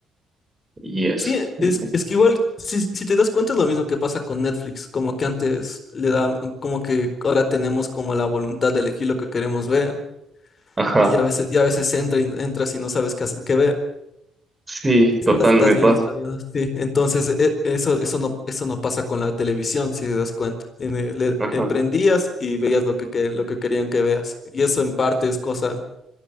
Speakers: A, on the right (about 20°); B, on the left (about 45°).
A: y eso,
B: Sí,
A: no
B: es,
A: sé.
B: es que igual, si, si te das cuenta, es lo mismo que pasa con Netflix, como que antes le da, como que ahora tenemos como la voluntad de elegir lo que queremos ver,
A: Ajá,
B: y a veces, y a veces entra y- entras y no sabes qué hacen qué ver.
A: sí,
B: Estás,
A: total,
B: estás
A: me pasa.
B: viendo, estás viendo, sí. Entonces, e- eso, eso no, eso no pasa con la televisión, si te das cuenta. En el- le-
A: Ajá.
B: eh, prendías y veías lo que, que- lo que querían que veas. Y eso en parte es cosa.